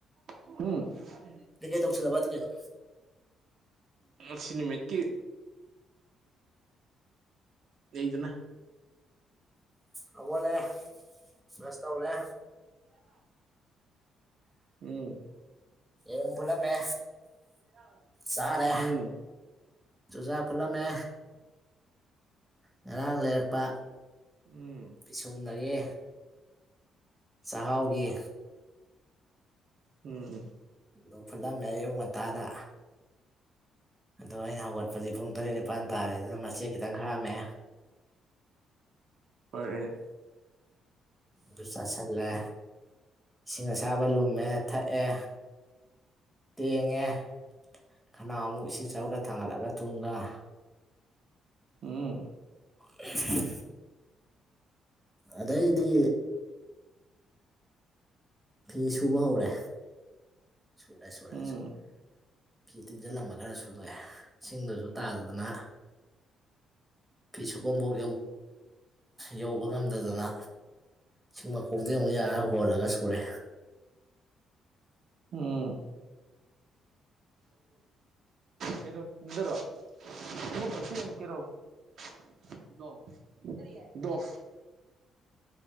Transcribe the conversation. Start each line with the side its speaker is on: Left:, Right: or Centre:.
Right: <unintelligible>
Centre: ꯀꯩ ꯀꯩ ꯇꯧꯁꯤꯜꯂꯕꯗꯤ ꯀꯩꯅꯣ
Right: <inaudible> ꯉꯁꯤ ꯅꯨꯃꯤꯠꯀꯤ ꯂꯩꯗꯅ
Centre: ꯍꯧꯒꯠꯂꯦ ꯕ꯭ꯔꯁ ꯇꯧꯔꯦ
Right: <unintelligible> ꯎꯝ
Centre: ꯌꯦꯔꯨꯝ ꯐꯨꯠꯂꯝꯃꯦ
Right: <unintelligible>
Centre: ꯆꯥꯔꯦ
Right: ꯎꯝ
Centre: ꯆꯨꯖꯥꯛ ꯐꯨꯠꯂꯝꯃꯦ ꯉꯔꯥꯡ ꯂꯩꯔꯛꯄ
Right: ꯎꯝ
Centre: ꯄꯤꯁꯨꯝꯗꯒꯤ ꯆꯍꯥꯎꯒꯤ
Right: ꯎꯝ
Centre: ꯑꯗꯨ ꯐꯨꯠꯂꯝꯃꯦ ꯑꯌꯨꯛ ꯉꯟꯇꯥꯗ ꯑꯗꯣ ꯑꯩꯅ ꯍꯧꯒꯠꯄꯗꯤ ꯄꯨꯡ ꯇꯔꯦꯠ ꯅꯤꯄꯥꯟ ꯇꯥꯔꯦ ꯑꯗꯨꯅ ꯃꯆꯦꯠ ꯈꯤꯇꯪ ꯈꯥꯛꯑꯝꯃꯦ
Right: <unintelligible> ꯑꯦ
Centre: ꯑꯗꯨ ꯆꯥꯥꯁꯜꯂꯦ ꯏꯁꯤꯡ ꯑꯁꯥꯕ ꯂꯨꯝꯃꯦ ꯊꯛꯑꯦ ꯇꯦꯡꯉꯦ ꯈꯟꯅꯥꯎ ꯑꯃꯨꯛ ꯏꯁꯤꯡ ꯑꯁꯥꯕ ꯈꯔ ꯊꯥꯡꯒꯠꯂꯒ ꯊꯨꯝꯒ
Right: ꯎꯝ
Centre: <inaudible> ꯑꯗꯩꯗꯤ ꯐꯤꯁꯨꯕ ꯍꯧꯔꯦ ꯁꯨꯔꯦ ꯁꯨꯔꯦ
Right: ꯎꯝ
Centre: ꯁꯨꯔꯦ ꯐꯤ ꯇꯤꯡꯖꯤꯡꯂꯝꯕ ꯈꯔ ꯁꯨꯗꯣꯛꯑꯦ ꯢꯁꯤꯡꯗꯨꯖꯨ ꯇꯥꯗꯗꯅ ꯐꯤ ꯁꯨꯕꯝꯕꯣꯛ ꯌꯧꯕ ꯉꯝꯗꯗꯅ ꯆꯤꯡ ꯃꯈꯣꯡꯗ ꯑꯃꯨꯛ ꯌꯥꯔ ꯍꯣꯜꯂꯒ ꯁꯨꯔꯦ
Right: ꯎꯝ ꯀꯩꯅꯣ ꯆꯤꯟꯗꯔꯣ <unintelligible>